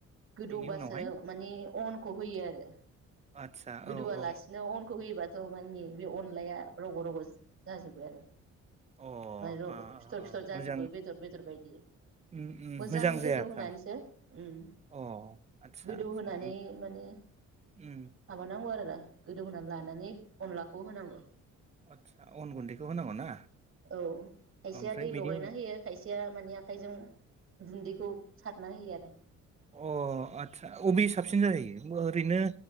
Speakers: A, on the right (about 45°); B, on the right (about 20°).
A: गोदौबासो
B: बिनि उनावहाय
A: मानि अनखौ होयो आरो
B: आदसा
A: गोदौआलासिनो
B: औ औ
A: अनखौ होयोबाथ' माने बे अनलाया रग' रग' जाजोबो आरो।
B: औ
A: माइरं
B: अ आ
A: फिथ'र
B: आ
A: फिथ'र जाजोबो
B: मोजां
A: बेदर बेदर बायदि
B: उम उम
A: मोजां
B: जायाथार
A: गोदौ होनानैसो उम
B: अ आदसा
A: गोदौ
B: आदसा
A: होनानै
B: उम
A: माने
B: उम
A: माबानांगौ आरो। गोदौ होनानै लानानै अनलाखौ होनांगौ।
B: आदसा अन गुन्दैखौ होनांगौ
A: उम
B: ना
A: औ खायसेया
B: ओमफ्राय
A: दै
B: बेनि
A: लगायना
B: उनाव
A: होयो खायसेया माने आखाइजों गुन्दैखौ सारना होयो आरो।
B: अ आत्सा अबे साबसिन जायो ओरैनो